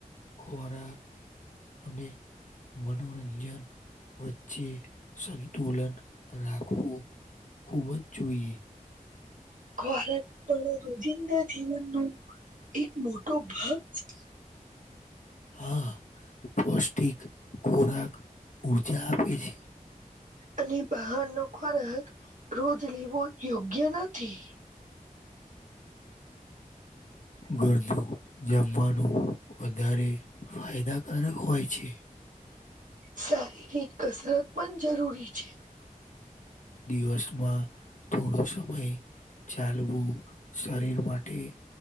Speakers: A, on the left; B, on the right.
A: ખોરાક અને મનોરંજન વચ્ચે સંતુલન રાખવું. ખૂબ જ જોઈએ.
B: ખોરાક પણ રોજિંદા જીવનનું એક મોટો ભાગ છે.
A: હા, પૌષ્ટિક ખોરાક ઉર્જા આપે છે.
B: અને બહારનો ખોરાક રોજ લેવો યોગ્ય નથી. <inaudible>
A: ઘરનું જમવાનું વધારે ફાયદાકારક હોય છે.
B: શારીરિક કસરત પણ જરૂરી છે.
A: દિવસમાં થોડો સમય ચાલવું શરીર માટે